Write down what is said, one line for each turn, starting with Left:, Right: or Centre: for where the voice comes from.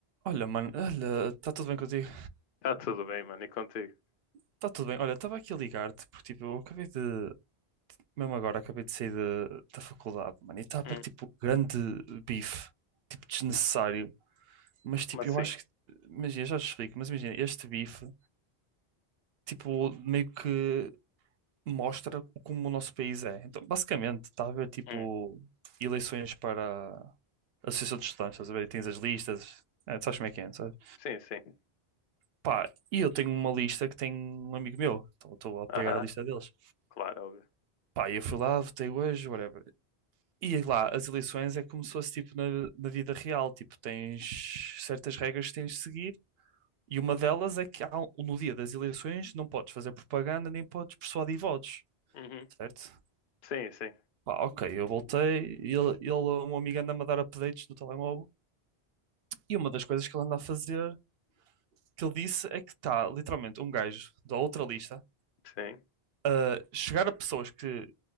Right: Olha, mano, olha, está tudo bem contigo?
Left: Tá tudo bem, mano, e contigo?
Right: Está tudo bem. Olha, estava aqui a ligar-te porque, tipo, eu acabei de, mesmo agora, acabei de sair da da faculdade, mano, e está a haver,
Left: Hum,
Right: tipo, grande bife, tipo, desnecessário. Mas, tipo,
Left: Como assim?
Right: eu acho que, imagina, eu já te explico, mas imagina, este bife, tipo, meio que mostra como o nosso país é. Então, basicamente, está a haver, tipo,
Left: hum,
Right: eleições para a Associação de Estudantes, estás a ver? E Tens as listas, é, tu sabes como é que é, não sabes?
Left: Sim, sim.
Right: Pá, e eu tenho uma lista que tem um amigo meu, então eu estou a apoiar
Left: Aham,
Right: a lista deles.
Left: claro, óbvio.
Right: Pá, e eu fui lá, votei hoje, whatever. E lá, as eleições é como se fosse tipo na, na vida real, tipo, tens certas regras que tens de seguir, e uma delas é que há, um, no dia das eleições não podes fazer propaganda nem podes persuadir votos,
Left: uhum.
Right: certo?
Left: Sim, sim,
Right: Pá, ok, eu voltei, e ele, ele, o meu amigo anda-me a dar updates no telemóvel, e uma das coisas que ele anda a fazer, que ele disse, é que está literalmente um gajo da outra lista
Left: sim.
Right: a chegar a pessoas que